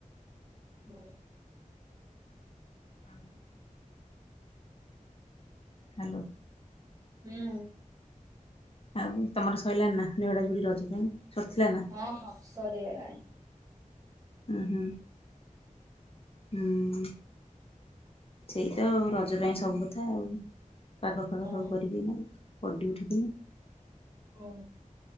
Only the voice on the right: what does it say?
ହୁଁ।
ହୁଁ।
ହଁ ହଁ ସରିଗଲାଣି।
ହଁ
ହୁଁ।